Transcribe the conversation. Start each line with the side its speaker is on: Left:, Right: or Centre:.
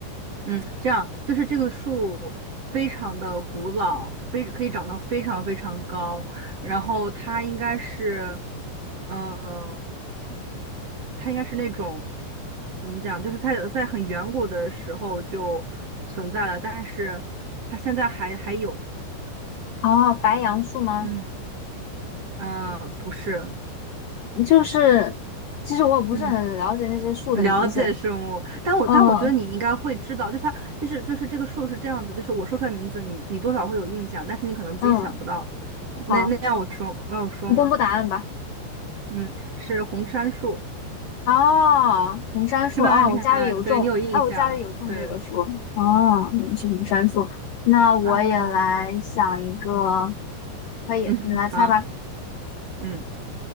Right: 嗯，这样就是这个树非常的古老，非可以长到非常非常高，然后它应该是，呃，它应该是那种怎么讲，就是它在很远古的时候就存在了，但是它现在还还有，
Left: 哦，白杨树吗？
Right: 嗯嗯、呃不是，
Left: 就是其实我也不是很了解那些树的名字。
Right: 嗯。了解生物，但我但我觉得你应该会知道，
Left: 嗯
Right: 就是它就是就是这个树是这样子，就是我说出来名字，你你多少会有印象，但是你可能自己想不到。
Left: 嗯，好，
Right: 那那要我说，要我说吗？
Left: 你公布答案吧。
Right: 嗯，是红杉树，
Left: 哦，红杉树啊，
Right: 是吧？你看，
Left: 我家里有种，
Right: 对你有印象，
Left: 哎，我家里有种这个树。
Right: 对
Left: 哦，原来是红杉树。那我也来想一个，
Right: 啊，
Left: 可以，
Right: 嗯，
Left: 你来猜吧，
Right: 好，嗯